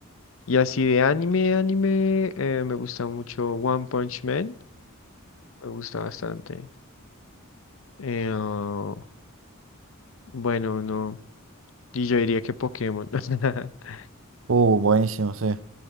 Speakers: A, on the left (about 65°); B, on the right (about 65°).
A: y así de anime, anime, eh, me gusta mucho One Punch Man. Me gusta bastante. Eh, oh, bueno, no. Y yo diría que Pokémon. <laughs>
B: Uh, buenísimo, sí.